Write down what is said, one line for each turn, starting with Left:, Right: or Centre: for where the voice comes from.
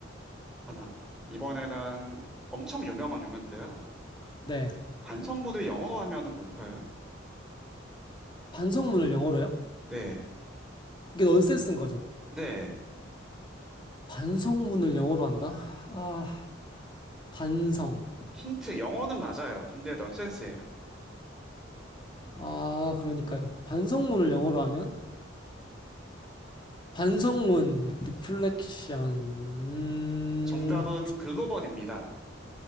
Centre: 하나. 이번에는 엄청 유명한 유명인데요.
Left: 네.
Centre: 반성문을 영어로 하면은 뭘까요?
Left: 반성문을 영어로요?
Centre: 네.
Left: 이게 넌센스인 거죠.
Centre: 네.
Left: 반성문을 영어로 한다? 아, 반성.
Centre: 힌트, 영어는 맞아요. 근데 넌센스예요.
Left: 아, 그러니까요. 반성문을 영어로 하면? 반성문,
Centre: 예,
Left: 리플렉션, 음,
Centre: 정답은 글로벌입니다.